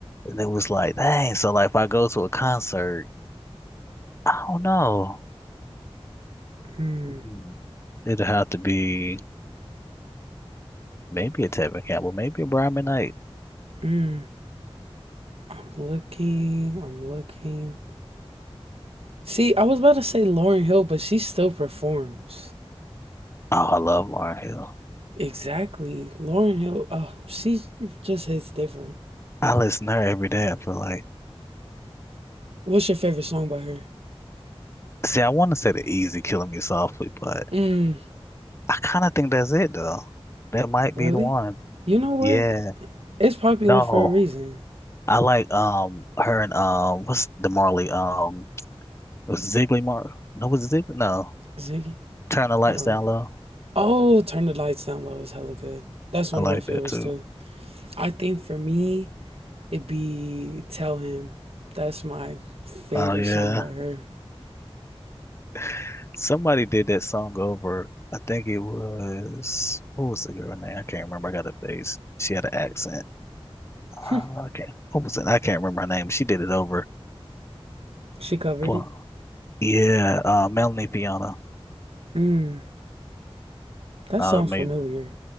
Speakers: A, on the left; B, on the right.
A: and it was like, dang. So like, if I go to a concert, I don't know.
B: mm,
A: Mm, It'd have to be. Maybe a Tevin Campbell, maybe a Brian Knight.
B: mm. I'm looking. I'm looking. See, I was about to say Lauren Hill, but she still performs.
A: Oh, I love Lauren Hill.
B: Exactly, Lauren Hill. Oh, she just hits different.
A: I listen to her every day, I feel like.
B: What's your favorite song by her?
A: See, I want to say the easy killing me softly, but
B: Mm,
A: I kind of think that's it though. That might
B: really?
A: be the one.
B: You know what?
A: Yeah.
B: It's popular
A: No.
B: for a reason,
A: I like um her and um what's the Marley? Um it was Ziggly Mar no was it Ziggly? No.
B: Ziggy.
A: Turn the lights
B: I don't
A: down
B: know.
A: low.
B: Oh, Turn the Lights Down Low is hella good. That's one
A: I like
B: of my favorites
A: that too.
B: too. I think for me, it'd be Tell Him. That's my favorite
A: Oh yeah.
B: song by her.
A: <laughs> Somebody did that song over. I think it was what was the girl name? I can't remember. I got a face. She had an accent.
B: <laughs>
A: Uh, I can't. What was it? I can't remember her name. She did it over.
B: she covered
A: Well,
B: it.
A: yeah, uh, Melanie Fiona.
B: Mm, that
A: Uh,
B: sounds
A: maybe.
B: familiar.